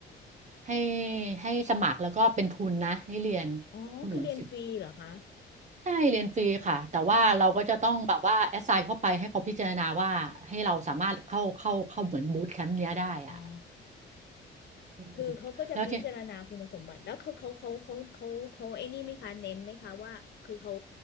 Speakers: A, on the right; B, on the left.
A: ให้ให้สมัครแล้วก็เป็นทุนนะให้เรียน
B: อ๋อคือเรียนฟรีเหรอคะ
A: อุดหนุนสิบใช่เรียนฟรีค่ะแต่ว่าเราก็จะต้องแบบว่าแอสไซน์เข้าไปให้เขาพิจารณาว่าให้เราสามารถเข้าเข้าเข้าเหมือนบูตแคมป์เนี้ยได้อ่ะ
B: โอ้อ๋อ
A: อืมแล้วที่
B: คือเขาก็จะพิจารณาคุณสมบัติแล้วเขาเขาเขาเขาเขาเขาไอ้นี่ไหมคะเน้นไหมคะว่าคือเขา